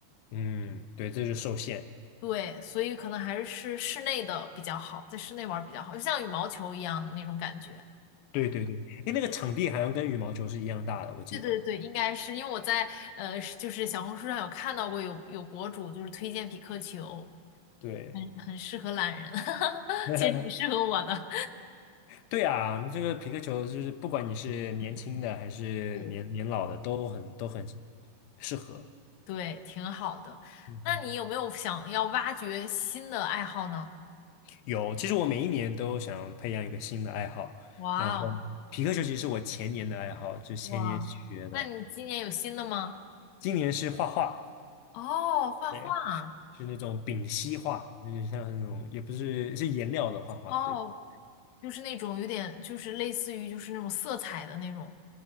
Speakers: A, on the left (about 85°); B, on the left (about 65°).
A: 嗯，对，这就受限。
B: 对，所以可能还是是室内的比较好，在室内玩儿比较好，就像羽毛球一样的那种感觉。
A: 对对对，哎，那个场地好像跟羽毛球是一样大的，我记得。
B: 对对对，应该是因为我在呃，是就是小红书上有看到过有有博主就是推荐匹克球，
A: 对，
B: 很很适合懒人，<laughs>
A: <laughs>
B: 其实挺适合我的，
A: 对啊，这个皮克球就是不管你是年轻的还是年年老的，
B: <laughs> 对对对。
A: 都很都很适合。
B: 对，挺好的。
A: 嗯哼，
B: 那你有没有想要挖掘新的爱好呢？
A: 有，其实我每一年都想培养一个新的爱好，
B: 哇哦！
A: 然后皮克球其实是我前年的爱好，就前年学的，
B: 哇，那你今年有新的吗？
A: 今年是画画。
B: 哦，画画，
A: 对。是那种丙烯画，有点像那种，也不是是颜料的画画，
B: 哦，
A: 对
B: 就是那种有点，就是类似于就是那种色彩的那种